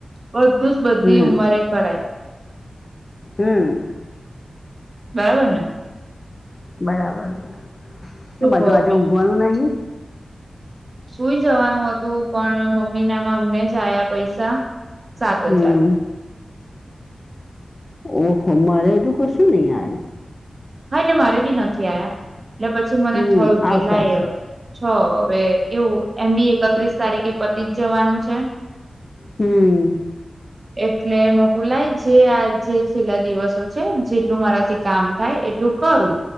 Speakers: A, on the right; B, on the left.
A: બધું જ બધી
B: હમ
A: ઉંમરે કરાય.
B: હમ્મ.
A: બરાબરને?
B: બરાબરા, કેમ
A: શું
B: આજુ
A: કહો
B: આજે
A: બીજું
B: ઊંઘવાનું નહીં?
A: સુઈ જવાનું હતું પણ મમ્મીનામાં અમને જ આયા પૈસા સાત
B: હમ
A: હજાર.
B: ઓ હો મારે હજું કશું નહીં આવ્યું.
A: હા એટલે મારે બી નથી આયા એટલે પછી મને
B: હમ
A: થયું કે
B: આવશે
A: લાય
B: આવશે
A: છો. હવે એવું એમ બી એકત્રીસ તારીખે પતિ જ જવાનું છે.
B: હમ્મ.
A: <inaudible> એટલે મોકુલાય જે આ જે છેલ્લા દિવસો છે જેટલું મારાથી કામ થાય એટલું કરું